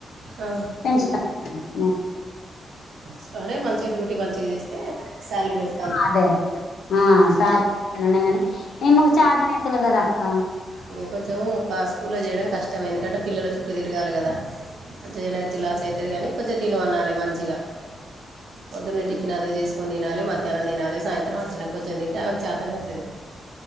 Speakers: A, on the right (about 70°); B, on the left (about 70°).
A: ఆ
B: ఇన్స్ ప <unintelligible>
A: సరే మంచిగా డ్యూటీ మంచిగా చేస్తే శాలరీ పెంచు
B: ఆ అదే అదే ఆ సార్గానీ అన్నకాని ఎందుకు చార్జ అయితులు కదా అక్క
A: ఇంక కొంచెం ఫాస్ట్ స్కూల్లో చేయడం కష్టం ఎందుకంటే పిల్లల చుట్టూ తిరగాలి కదా కొంచెం ఎనర్జీ లాస్ అయితాది కానీ కొంచెం తినమనాలి మంచిగా పొద్దున్నే టిఫన్ అదవి చేసుకని తినాలి మధ్యాహ్నం తినాలి సాయంత్రం అచ్చినం కొంచెం తింటే చేతన అయితది